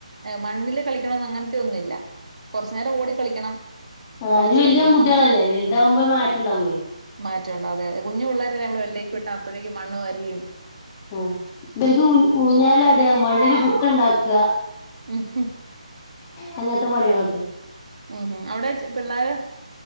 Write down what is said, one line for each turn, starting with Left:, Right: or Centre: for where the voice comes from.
Right: മണ്ണില് കളിക്കണംന്ന് അങ്ങനത്തെ ഒന്നുംല്ല കൊറച്ചു നേരം ഓടി കളിക്കണം
Left: ആ
Right: ഒളിച്ചു
Left: അയിന് വല്യപെ
Right: കളിക്കും
Left: ൺകുട്ടികളല്ലേ വലുതാവകുമ്പോ മാറ്റംണ്ടാവേ
Right: മാറ്റം ഉണ്ടവും അതെ അതെ കുഞ്ഞു പിള്ളേരെല്ല നമ്മൾ വെളിയിലേക്ക് വിട്ടാ അപ്പൊഴേക്കും മണ്ണ് വരികയും
Left: ആ ബൽക്ക് ഊഞ്ഞാലാട മണ്ണില് പുട്ടുണ്ടാക്കുക
Right: ഉം
Left: അങ്ങനത്തെ പണികളൊക്കെ
Right: ഉം അവിടെ പിള്ളോര്